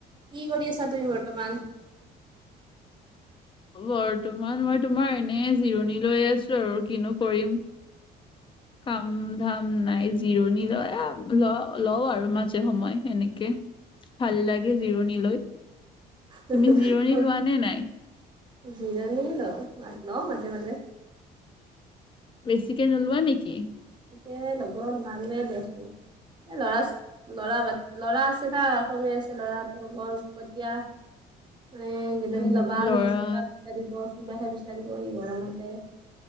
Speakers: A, on the right; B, on the left.
A: কি কৰি আছা তুমি বৰ্তমান?
B: বৰ্তমান মই তোমাৰ এনে জিৰণি লৈ আছোঁ আৰু কিনো কৰিম। কাম ধাম নাই যে জিৰণি লয় এ লওঁ - লওঁ আৰু মাজে সময়ে সেনেকে। ভাল লাগে জিৰণি লৈ।
A: <unintelligible>
B: তুমি জিৰণি লোৱা নে নাই
A: জিৰণি লওঁ- লওঁ মাজে -মাজে।
B: বেছিকে নোলোৱা নেকি?
A: ইটিয়াই ল'ব নোৱাৰিমে দেচোন এ ল'ৰা ল'ৰা বাদ ল'ৰা আছে না সৰুয়ে আছে ল'ৰাটো বৰ উৎপতীয়া। মানে জিৰণি
B: উম
A: ল'বা
B: লৰা
A: আহি উৎপাত এটা দিব। কিবাহে বিচাৰিব এই গৰমতে